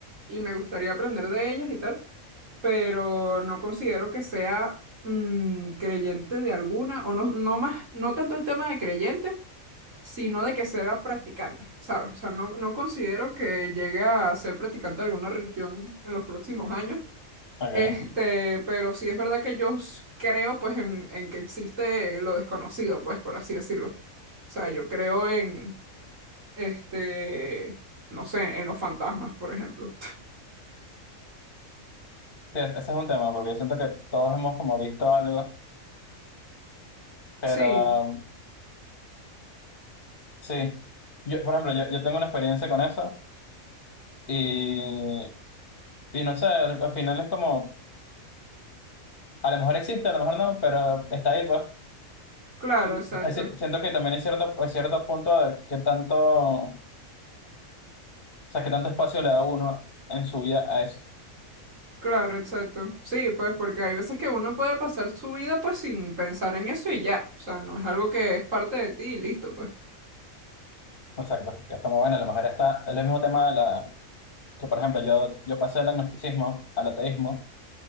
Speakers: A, on the right; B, on the left.
A: y me gustaría aprender de ellas y tal, pero no considero que sea mm, creyente de alguna, o no, no más, no tanto el tema de creyente sino de que sea practicante, ¿sabes? O sea, no, no considero que llegue a ser practicante de alguna religión en los próximos años.
B: ok.
A: Este, pero sí es verdad que yo s- creo pues en, en que existe lo desconocido, pues por así decirlo. O sea, yo creo en, este, no sé, en los fantasmas, por ejemplo.
B: Sí, es- ese es un tema, porque siento que todos hemos como visto algo, pero
A: Sí,
B: um, sí. Yo, por ejemplo, yo, yo tengo una experiencia con eso y, y no sé, al, al final es como, a lo mejor existe, a lo mejor no, pero está ahí, pues.
A: claro,
B: Y,
A: exacto.
B: es decir, siento que también hay cierto, hay cierto punto de qué tanto, o sea, qué tanto espacio le da uno en su vida a eso.
A: Claro, exacto. Sí, pues porque hay veces que uno puede pasar su vida pues sin pensar en eso y ya. O sea, no es algo que es parte de ti y listo, pues.
B: Exacto. Es como, bueno, a lo mejor está, es el mismo tema que por ejemplo yo, yo pasé del agnosticismo al ateísmo